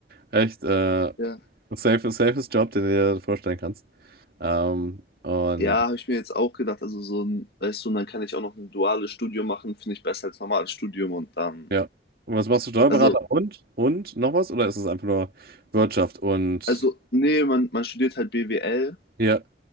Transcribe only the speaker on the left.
ja,
ja habe ich mir jetzt auch gedacht, also so ein, weißt du, und dann kann ich auch noch ein duales Studium machen, finde ich besser als normales Studium und dann.
Also,
also, nee, man, man studiert halt BWL